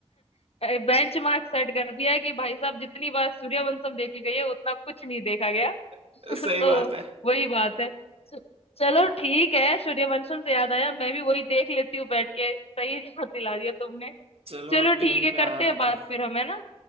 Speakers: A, on the left (about 70°); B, on the right (about 65°).
A: <laughs> बेंच मार्क सेट कर दिया है कि भाई साहब जितनी बार सूर्यवंशम देखी गई है उतना कुछ नहीं देखा गया
B: <laughs>
A: <laughs>
B: सही
A: तो
B: बात है
A: वही बात है चलो ठीक है सूर्यवंशम से याद आया मैं भी वही देख लेती हूँ बैठ के सही याद दिला दिया तुमने
B: चलो
A: चलो
B: अब टीवी
A: ठीक है करते
B: पे आ रहा
A: हैं
B: है
A: बात
B: तो
A: फिर हम है ना